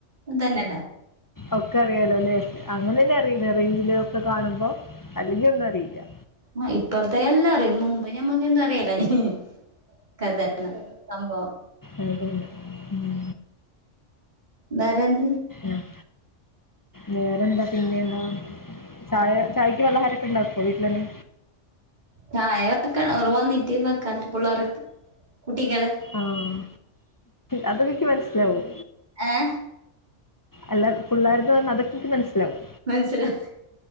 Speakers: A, on the right; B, on the left.
A: ഇതെന്നല്ലേ
B: ഒക്കെ അറിയാലോല്ലേ അങ്ങനെന്നെ അറിണത് റീലൊക്കെ കാണുമ്പോ അല്ലെങ്കിൽ ഒന്നും അറീല്ലാ
A: മാ ഇപ്പോള്ത്തെ എല്ലാ അറിം മുമ്പ് ഞ ഞമ്മുക്ക് എന്തും അറിയെല്ലേനി കഥ <unintelligible> സംഭവം
B: അതെ ഉം
A: നരന്തി
B: ആഹ് വേറെന്താ പിന്നേന്നാ ചായ ചായക്കി പലഹാരക്കെ ഇണ്ടാക്കോ വീട്ടിലന്നെ
A: ചായ വെക്കണം ഓർ വന്നിട്ട് വെക്കാ പുള്ളാർക്കെ കുട്ടികള്
B: ആഹ് അത് എനിക്ക് മന്സ്സിലാവും
A: ഏഹ്
B: അല്ല പുള്ളാര്ന്ന് പറഞ്ഞ അതൊക്കെ ഇന്ക്കി മന്സ്സിലാവും
A: മന്സ്സിലാ